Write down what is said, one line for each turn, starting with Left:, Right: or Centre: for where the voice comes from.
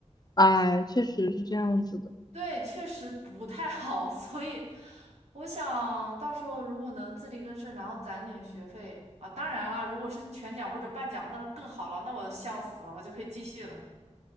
Left: 哎，确实是这样子的。
Right: 对，确实不太好，<laughs> 所以我想到时候如果能自力更生，然后攒点学费啊，当然了，如果是全奖或者半奖，那更好了，那我笑死了，我就可以继续了。